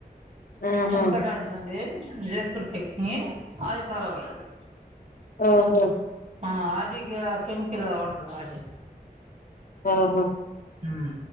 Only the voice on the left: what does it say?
ఆహా
ఓహో
ఓహో